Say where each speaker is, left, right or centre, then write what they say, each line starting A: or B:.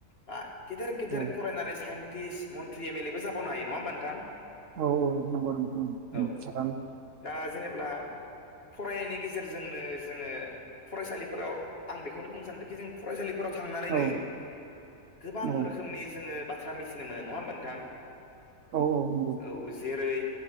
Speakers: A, on the left; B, on the right.
A: बा गेदेर गेदेर
B: औ
A: फरायनानै साइन्स टिस मन्त्रि एम एल ए बो जाबावनो हायो नङा होमबा नोंथां।
B: औ औ नंगौ नोंथां ओम
A: औ
B: ओम।
A: दा जेनेब्ला फरायनायनि गेजेरजोंनो जोङो फरायसालिफोराव आं बेखौनो बुंनो सान्दोंखि जों फरायसालिफोराव थांनानैनो
B: औ
A: गोबां
B: औ
A: रोखोमनि जोङो बाथ्रा मिथिनो मोनो नङा होमबा नोंथां।
B: औ औ नंगौ
A: औ जेरै